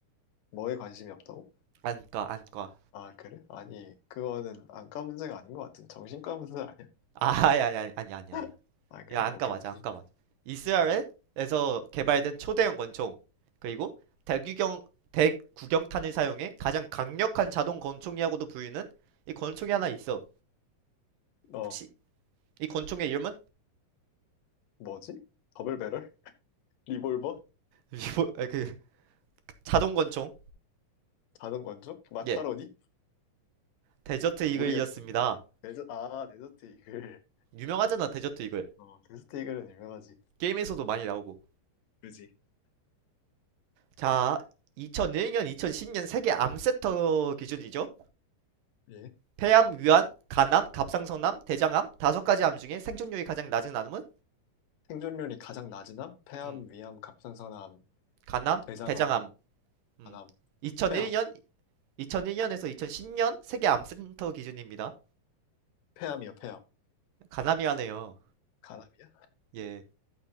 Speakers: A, on the left (about 75°); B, on the right (about 80°).
A: 뭐에 관심이 없다고?
B: 안과 안과.
A: 아, 그래? 아니, 그거는 안과 문제가 아닌 것 같은데. 정신과 문제 아니야?
B: 아아 아니 아니 아니 아니 아니야.
A: <laughs> 아, 그래?
B: 야 안과
A: 오케이,
B: 맞아
A: 오케이.
B: 안과 맞아. 이스라엘에서
A: 오케이.
B: 개발된 초대형 권총 그리고 대규경 대구경탄을 사용해 가장 강력한 자동 권총이라고도 불리는 이 권총이 하나 있어.
A: 어,
B: 혹시 이 권총의 이름은
A: 뭐지? 더블배럴? 리볼버?
B: 리보 아 그 자동 권총.
A: 자동건조? 마카로니?
B: 예, 데저트
A: 모르겠는데.
B: 이글이었습니다.
A: 데저, 아, 데저트 이글.
B: 유명하잖아 데저트 이글.
A: 어, 데저트 이글은 유명하지.
B: 게임에서도 많이 나오고.
A: 그지?
B: 자, 2001년,
A: 음.
B: 2010년 세계 암센터 기준이죠.
A: 예.
B: 폐암, 위암, 간암, 갑상선암, 대장암 다섯 가지 암 중에 생존율이 가장 낮은 암은
A: 생존율이 가장 낮은 암? 폐암,
B: 음,
A: 위암, 갑상선암,
B: 간암,
A: 대장암,
B: 대장암. 음.
A: 간암,
B: 2001년,
A: 폐암.
B: 2001년에서 2010년 세계 암센터 기준입니다.
A: 폐암이요, 폐암.
B: 간암이하네요.
A: 간암이야?
B: 예.